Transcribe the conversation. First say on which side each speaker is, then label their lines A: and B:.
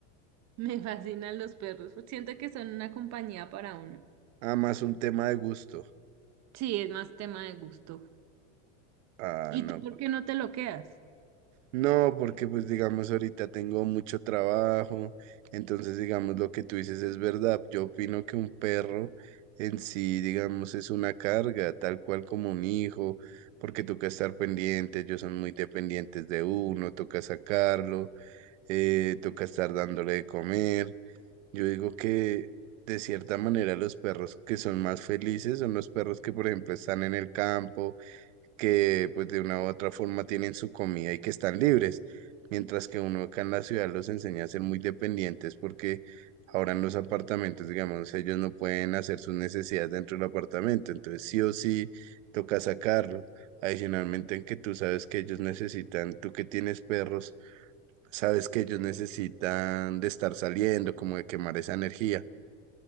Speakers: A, on the right (about 45°); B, on the right (about 80°).
A: <laughs> Me fascinan los perros. Siento que son una compañía para uno.
B: Ah, más un tema de gusto.
A: Sí, es más tema de gusto.
B: Ah,
A: ¿Y
B: no.
A: tú por
B: po-
A: qué no te lo quedas?
B: No, porque pues digamos ahorita tengo mucho trabajo, entonces digamos lo que tú dices es verdad. Yo opino que un perro en sí, digamos, es una carga, tal cual como un hijo, porque toca estar pendiente, ellos son muy dependientes de uno, toca sacarlo. eh, toca estar dándole de comer. Yo digo que de cierta manera los perros que son más felices son los perros que, por ejemplo, están en el campo, que pues de una u otra forma tienen su comida y que están libres, mientras que uno acá en la ciudad los enseña a ser muy dependientes porque ahora en los apartamentos, digamos, ellos no pueden hacer sus necesidades dentro del apartamento, entonces sí o sí toca sacarlo. Adicionalmente en que tú sabes que ellos necesitan, tú que tienes perros, sabes que ellos necesitan de estar saliendo, como de quemar esa energía.